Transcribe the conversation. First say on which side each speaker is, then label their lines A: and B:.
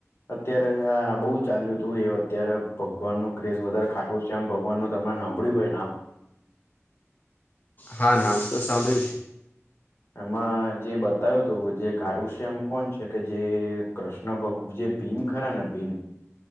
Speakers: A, on the left; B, on the left.
A: અત્યારે આ બોઉ ચાલ્યું હતું એ અત્યારે ભગવાનનો ક્રેઝ વધારે ખાટુ શયામ ભગવાનનું તમે હાભળ્યું હોય નામ
B: હા નામ તો સાંભળ્યું છે.
A: એમાં જે બતાવ્યું હતું જે ખાટુ શ્યામ કોણ છે. કે જે કૃ <unintelligible> ભગ જે ભીમ ખરા ને ભીમ